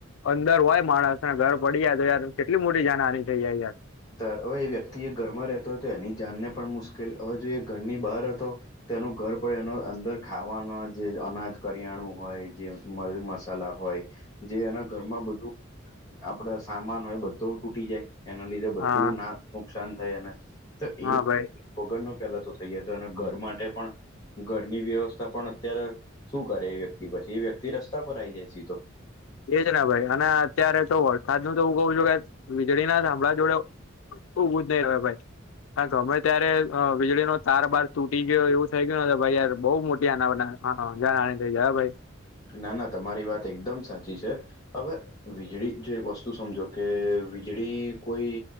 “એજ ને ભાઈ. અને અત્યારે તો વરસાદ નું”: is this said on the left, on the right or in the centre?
Left